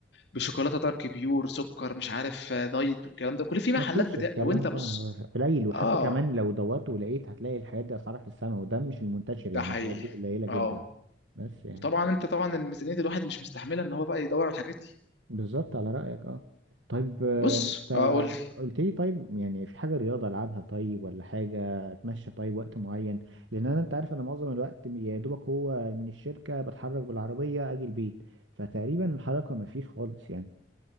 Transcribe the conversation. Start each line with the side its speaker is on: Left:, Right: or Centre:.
Left: بشوكولاته دارك بيور سكر مش عارف آه، دايت والكلام ده كل في محلات
Right: ما فيش
Left: بتاع
Right: الكلام
Left: لو انت بص
Right: ده هو قليل وحتى
Left: اه
Right: كمان لو دورت ولقيت هتلاقي الحاجات دي اسعارها في السماء وده مش المنتشر يعني
Left: ده حقيقي
Right: الحاجات دي قليلة جدا
Left: اه
Right: بس يعني
Left: وطبعا انت طبعا الميزانيه الواحد مش مستحمله ان هو بقى يدور على الحاجات دي
Right: بالظبط على رأيك اه طيب آه،
Left: بص
Right: انت
Left: اه قول لي
Right: قلت لي طيب يعني في حاجة رياضة العبها طيب ولا حاجة اتمشى طيب وقت معين لان انا انت عارف انا معظم الوقت يا دوبك هو من الشركة بتحرك بالعربية اجي البيت فتقريبا الحركة ما فيش خالص يعني